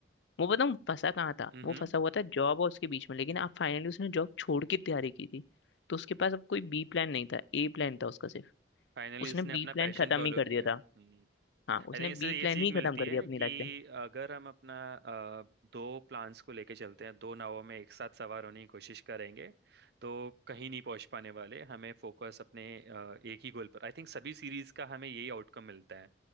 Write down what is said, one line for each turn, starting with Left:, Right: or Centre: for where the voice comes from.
Left: वो बताऊँ फंसा कहाँ था
Right: हम्म
Left: वो फंसा हुआ था जॉब और उसके बीच में लेकिन अब फाइनली उसने जॉब छोड़ के तैयारी की थी तो उसके पास अब कोई बी प्लान नहीं था ए प्लान था उसका सिर्फ
Right: फाइनली
Left: उसने
Right: उसने
Left: बी
Right: अपना
Left: प्लान
Right: पैशन
Left: खत्म
Right: फॉलो
Left: ही कर
Right: किया
Left: दिया था
Right: हम्म।
Left: हाँ उसने
Right: आई थिंक इससे
Left: बी
Right: ये
Left: प्लान
Right: सीख
Left: ही
Right: मिलती
Left: खत्म कर
Right: है
Left: दिया अपनी
Right: कि
Left: लाइफ से
Right: अगर हम अपना अ, दो प्लान्स को लेके चलते हैं दो नावों में एक साथ सवार होने की कोशिश करेंगे तो कहीं नहीं पहुंच पाने वाले हमें फोकस अपने अ, एक ही गोल पर आई थिंक सभी सीरीज का हमें यही आउटकम मिलता है